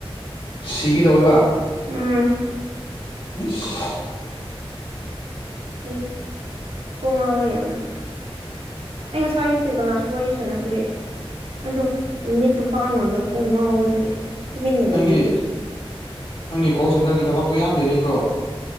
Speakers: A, on the left; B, on the right.
A: ꯁꯤꯒ ꯇꯧꯋꯦꯕ
B: ꯎꯝ
A: ꯎꯝ <unintelligible>
B: ꯑꯩ ꯀꯣꯡꯉꯥꯎꯋꯦ ꯌꯥꯝꯅ ꯑꯩ ꯉꯁꯥꯏ ꯑꯥꯌꯨꯛꯇꯒꯤ ꯀꯅꯥꯁꯨ ꯋꯥꯔꯤ ꯁꯥꯟꯅꯗ꯭ꯔꯦ ꯑꯗꯣ ꯃꯤꯠꯇꯨ ꯄꯥꯡꯉꯗꯀꯣ ꯉꯥꯎꯕꯗꯒꯤ ꯇꯨꯃꯤꯟꯅ
A: ꯅꯪꯒꯤ
B: ꯂꯩꯕꯤꯕꯅꯤ
A: ꯅꯪꯒꯤ ꯀꯣꯜ ꯁꯦꯟꯇꯔꯒꯤ ꯊꯕꯛꯇꯣ ꯌꯥꯝ ꯂꯩꯔꯤꯕ꯭ꯔꯣ